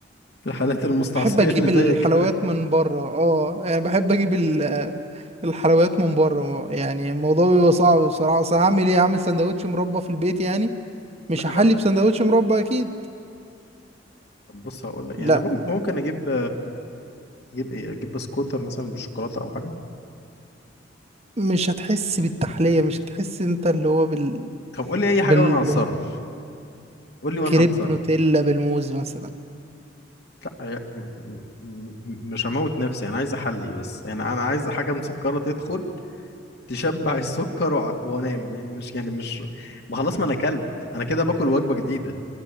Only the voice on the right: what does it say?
بحب اجيب
الحلويات
من بره اه يعني بحب اجيب ال- الحلويات من بره يعني الموضوع بيبقى صعب بصراحه اصل هعمل ايه هعمل سندوتش مربى في البيت يعني مش
هحلي
بسندوتش مربى اكيد
لا
مش هتحس بالتحليه مش هتحس انت اللي هو بال
بال
بالكريب
نوتيلا بالموز مثلا